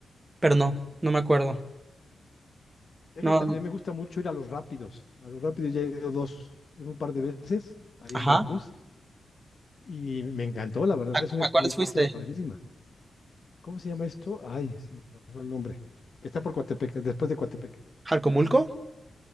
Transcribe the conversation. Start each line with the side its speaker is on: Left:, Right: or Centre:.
Right: Pero no, no me acuerdo.
Left: Sé
Right: No,
Left: que también
Right: n-
Left: me gusta mucho ir a los rápidos. A los rápidos ya he ido dos, en un par de veces, ahí
Right: ajá.
Left: en Veracruz. y me encantó, la verdad,
Right: ¿A,
Left: es una experiencia
Right: a cuáles fuiste?
Left: padrísima. ¿Cómo se llama esto? Ay, se me fue el nombre. Que está por Coatepec, después de Coatepec.
Right: ¿Jalcomulco?